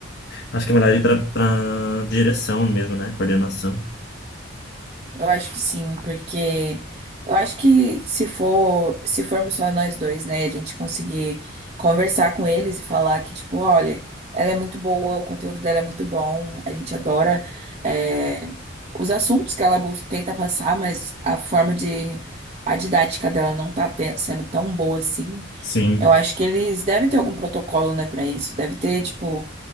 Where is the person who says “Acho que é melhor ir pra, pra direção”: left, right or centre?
Left